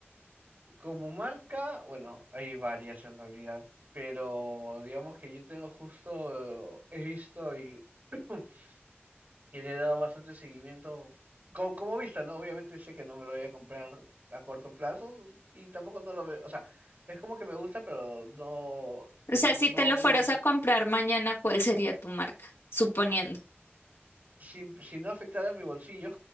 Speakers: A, on the right; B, on the left.
A: Como marca, bueno, hay varias en realidad, pero digamos que yo tengo justo, eh, he visto y, <clears throat> y le he dado bastante seguimiento co- como, vista, ¿no? Obviamente sé que no me lo voy a comprar a corto plazo y tampoco no lo veo, o sea, es como que me gusta, pero no, no,
B: O sea, si te lo fueras
A: me-
B: a comprar mañana, ¿cuál sería tu marca? Suponiendo.
A: si, si no afectara mi bolsillo,